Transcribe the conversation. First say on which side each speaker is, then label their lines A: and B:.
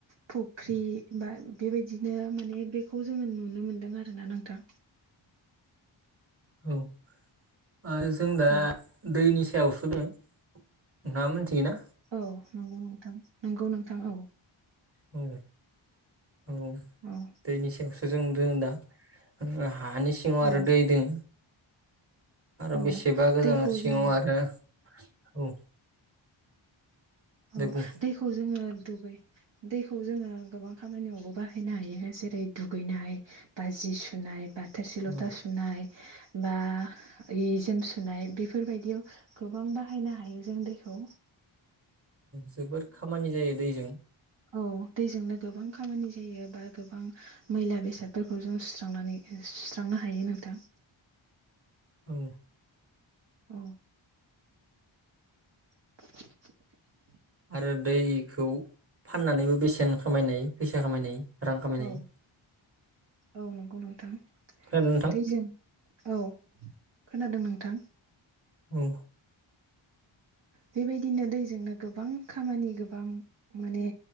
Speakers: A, on the right; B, on the right.
A: फुख्रि बा बेबायदिनो माने बेखौ जोङो नुनो मोनदों आरोना नोंथां
B: औ जों दा
A: औ
B: दैनि सायावसो नोंथाङा मोनथियोना?
A: औ नंगौ नोंथां नंगौ नोंथां औ।
B: औ औ
A: औ
B: दैनि सायावसो जों रोङो दा ओ हानि सिङाव
A: औ
B: आरो दै दों। आरो
A: औ
B: बेसेबा गोजानाव
A: दैखौ
B: सिङाव
A: जोङो
B: आरो औ दे
A: औ
B: बुं
A: दैखौ जोङो दुगै दैखौ जोङो गोबां खामानियावबो बाहायनो हायो जेरै दुगैनाय बा जि सुनाय बा थोरसि लथा
B: औ
A: सुनाय। बा जि जोम सुनाय बेफोरबायदियाव गोबां बाहायनो हायो जों दैखौ। <inaudible>
B: जोबोद खामानि जायो दैजों
A: औ दैजोंनो गोबां खामानि जायो बा गोबां मैला बेसादफोरखौ जों सुस्रांनानै सुस्रांनो हायो नोंथां
B: औ
A: औ <inaudible>
B: आरो दैखौ फाननानैबो बेसेन खामायनाय फैसा खामायनाय रां खामायनाय
A: औ औ नंगौ नोंथां
B: खोनादों नोंथां
A: दैजों औ खोनादों नोंथां
B: उ
A: बेबायदिनो दैजोंनो गोबां खामानि गोबां माने